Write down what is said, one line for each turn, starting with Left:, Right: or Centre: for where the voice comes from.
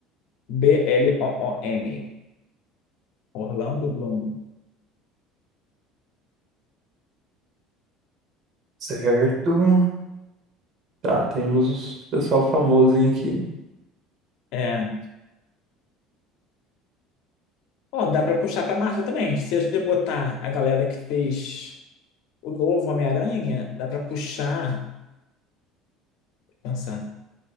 Left: B-L-O-O-M. Orlando Bloom.
Right: Certo. Tá, temos uns pessoal famosinho aqui.
Left: É. Ó, dá pra puxar pra Marvel também. Se a gente botar a galera que fez o novo Homem-Aranha, dá pra puxar. Deixa eu Pensar.